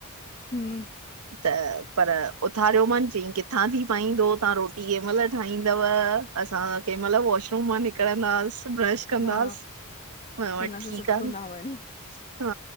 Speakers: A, on the left; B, on the right.
A: हम्म,
B: त पर उथारियो मान चयईं किथां थी पाईंदो तव्हां रोटी केंहिं महिल ठाहींदव असां केंहिं महिल वॉशरुम मां निकरंदासीं ब्रश कंदासीं
A: हा,
B: मा चयो
A: हिन
B: ठीकु
A: सां सुठो
B: आ न
A: वञ,
B: हा